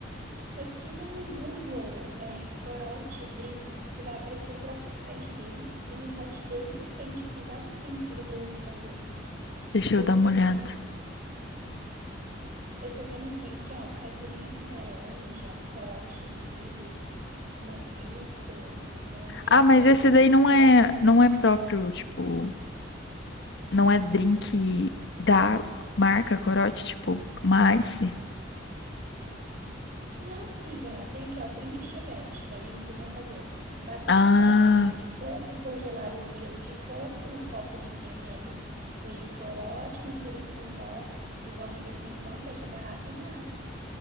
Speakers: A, on the right; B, on the left.
A: Pesquisa no Google, é, corote drink, que vai aparecer o próprio site deles. E no site deles tem, tipo, vários drinks ali pra você fazer.
B: Deixa
A: Vê
B: eu dar
A: se
B: uma
A: você
B: olhada.
A: acha. Eu tô vendo, tem aqui, ó, caipirinha com laranja, corote livre, mojito, melancia
B: Ah,
A: atômica.
B: mas esse daí
A: Vamos
B: não
A: ver se tem
B: é,
A: melancia.
B: não é próprio, tipo, não é drink da marca corote, tipo, uma Ice.
A: Não, amiga, tem aqui, ó, drink chevette. Daí ele ensina a fazer. Basta
B: Ah,
A: congelar uma caixinha de coco, congelar o gelo de coco e um copo de 100 ml. Despeje o corote, misture o suco em pó de baunilha com limão, fecha a garrafa e bate.